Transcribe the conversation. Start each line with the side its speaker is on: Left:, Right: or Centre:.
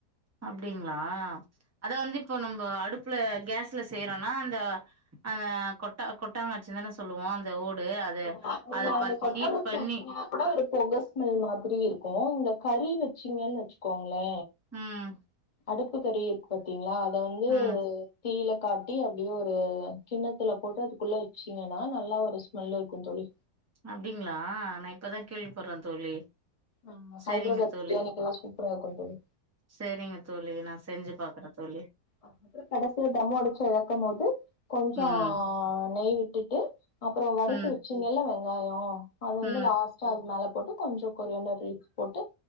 Right: அப்டிங்களா அத வந்து இப்போ நம்ம அடுப்புல கேஸ்ல செய்யறோம்னா அந்த அஆ கொட்டா கொட்டாங்கச்சி தானே சொல்லுவோ அந்த ஓ ப்டு அத
Left: ஆமா நீங்க
Right: அத
Left: அந்த
Right: பாத்து
Left: கொட்டங்குச்சி
Right: ஹீட் பண்ணி
Left: வச்சீங்கன்னா கூட ஒரு புக ஸ்மெல் மாதிரி இருக்கு இந்த கறி வெச்சீங்கன்னு வெச் சுகோங்ளே
Right: ம்
Left: அடுப்பு கறி இருக்கு பாத்தீங்ளா அத வந்து
Right: ம்
Left: தீல காட்டி அப்டியே ஒரு கிண்ணத்துல போட்டு அதுக்குள்ள வெச்சீங்கன்னா நல்லா ஒரு ஸ் நல்லா இருக்குன் தோழி
Right: அப்டீங்ளா நான் இப்பதான் கேள்விப்படறேன் தோழி
Left: ஆ ஹதராபாத்
Right: சேரிங்க தோழி
Left: பிரியாணிக்கெல்லா சூப்பரா இருக்குந் தோழி
Right: சேரிங்க தோழி நான் செஞ்சு பாக்கறேன் தோழி
Left: அதுக்கப்றோ கடைசில தம் அடிச்சு எறக்கும்போது கொஞ்சோ
Right: ம்
Left: நெய் விட்டுட்டு அப்புற வறுத்து
Right: ம்
Left: வச்சிங்கல்ல வெங்காய அத வந்து
Right: ம்
Left: லாஸ்ட்டா அது மேல போட்டு கொஞ்ச கொரியாண்டர் லீஃப் போட்டு